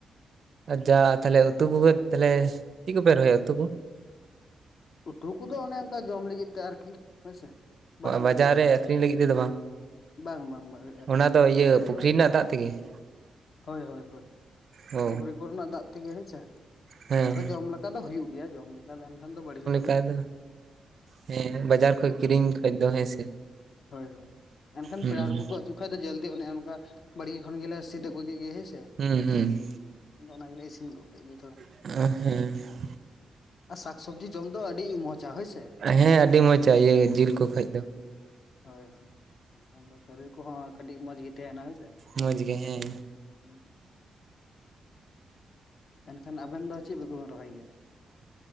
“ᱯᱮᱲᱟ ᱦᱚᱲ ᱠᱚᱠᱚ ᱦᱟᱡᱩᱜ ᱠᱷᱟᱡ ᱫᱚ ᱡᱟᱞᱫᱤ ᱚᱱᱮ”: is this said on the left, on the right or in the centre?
Left